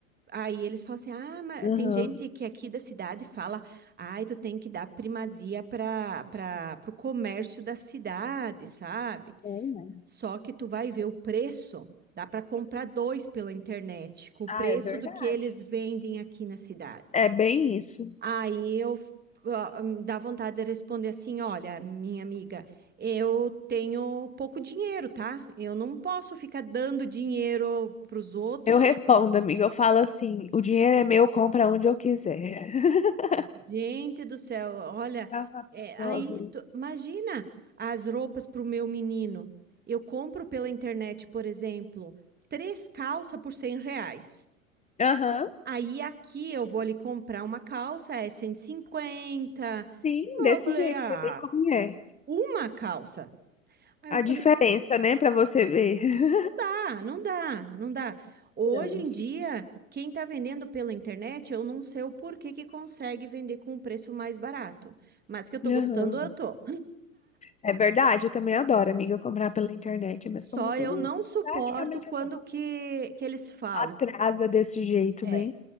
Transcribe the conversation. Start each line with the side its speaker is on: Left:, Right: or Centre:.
Right: Aí eles falam assim: ah, mas
Left: Aham.
Right: tem gente que aqui da cidade fala, ai, tu tem que dar primazia para para pro comércio da cidade, sabe?
Left: É, né?
Right: Só que tu vai ver o preço, dá para comprar dois pela internet, com o
Left: Ah,
Right: preço
Left: é verdade.
Right: do que eles vendem aqui na cidade.
Left: É bem isso.
Right: Aí eu ó, me dá vontade de responder assim: olha, minha amiga, eu tenho pouco dinheiro, tá? Eu não posso ficar dando dinheiro para os outros,
Left: Eu respondo, amiga. Eu falo assim: o dinheiro é meu, compra onde eu quiser. <laughs>
Right: Gente do céu, olha,
Left: Tava
Right: é, aí
Left: Logo isso.
Right: tu- imagina as roupas para o meu menino. Eu compro pela internet, por exemplo, três calças por 100 reais.
Left: Aham,
Right: Aí aqui eu vou ali comprar uma calça, é 150.
Left: sim,
Right: Eu
Left: desse
Right: falei,
Left: jeito,
Right: ah,
Left: você vê como é.
Right: uma calça. Aí eu
Left: A
Right: falei
Left: diferença,
Right: assim, "Então, não
Left: né, pra você ver. <laughs>
Right: dá, não dá, não dá. Hoje
Left: Grande.
Right: em dia, quem está vendendo pela internet, eu não sei o porquê que consegue vender com um preço mais barato. Mas que eu tô
Left: Aham.
Right: gostando, eu tô.
Left: É verdade, eu também adoro, amiga, comprar pela internet, mas
Right: Só
Left: compra tudo
Right: eu não suporto
Left: praticamente
Right: quando
Left: essa
Right: que, que eles falam.
Left: atrasa desse jeito,
Right: É.
Left: né?